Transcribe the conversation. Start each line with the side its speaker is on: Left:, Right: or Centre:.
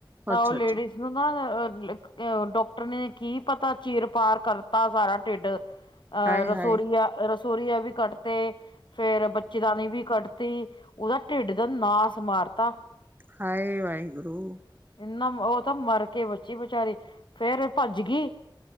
Left: ਤਾਂ
Right: ਅੱਛਾ
Left: ਉਹ ਲੇਡੀਜ਼
Right: ਅੱਛਾ
Left: ਨੂੰ ਨਾ ਡਾਕਟਰ ਨੇ ਕੀ ਪਤਾ ਚੀਰ ਪਾਰ ਕਰਤਾ ਸਾਰਾ ਢਿੱਡ ਅਹ
Right: ਹਾਏ
Left: ਰਸੋਰੀਆਂ,
Right: ਹਾਏ
Left: ਰਸੋਰੀਆਂ ਵੀ ਕੱਟ ਤੇ ਫੇਰ ਬੱਚੇ ਦਾਨੀ ਵੀ ਕੱਢਤੀ ਉਹਦਾ ਢਿੱਡ ਦਾ ਨਾਸ ਮਾਰਤਾ।
Right: ਹਾਏ ਵਾਹਿਗੁਰੂ।
Left: ਇਨਾ ਉਹ ਤਾਂ ਮਰ ਕੇ ਬੱਚੀ ਬਚਾਰੀ ਫੇਰ ਭੱਜ ਗਈ।